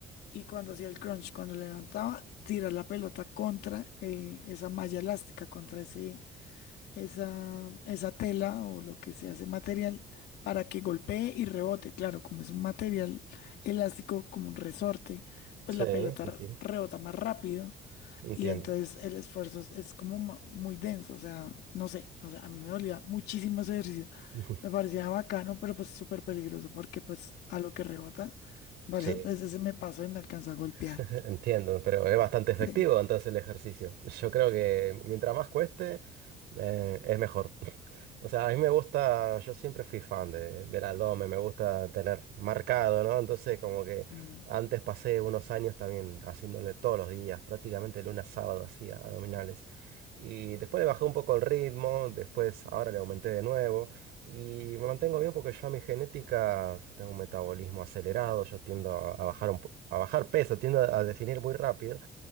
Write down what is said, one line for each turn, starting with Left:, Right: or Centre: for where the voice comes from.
Left: y cuando hacía el crunch, cuando levantaba, tirar la pelota contra eh, esa malla elástica, contra ese, esa, esa tela o lo que sea, ese material, para que golpee y rebote. Claro, como es un material elástico, como un resorte, pues
Right: Sí,
Left: la pelota
Right: sí,
Left: r-
Right: sí.
Left: rebota más rápido
Right: Entiendo.
Left: y entonces el esfuerzo es, es como ma- muy denso, o sea, no sé, o sea, a mí me dolía muchísimo ese ejercicio.
Right: <laughs>
Left: Me parecía bacano, pero pues súper peligroso porque pues a lo que rebota, varias
Right: Sí,
Left: veces se me pasó y me alcanzó a golpear.
Right: <laughs> entiendo, pero es bastante efectivo
Left: Sí.
Right: entonces el ejercicio. Yo creo que mientras más cueste, eh, es mejor. <laughs> O sea, a mí me gusta, yo siempre fui fan de, del abdomen, me gusta tener marcado, ¿no? Entonces como que
Left: Mm.
Right: antes pasé unos años también haciéndole todos los días, prácticamente lunes a sábado hacía abdominales. Y después le bajé un poco el ritmo, después ahora le aumenté de nuevo. Y me mantengo bien porque yo a mi genética yo tengo un metabolismo acelerado, yo tiendo a, a bajar un po- a bajar peso, tiendo a, a definir muy rápido.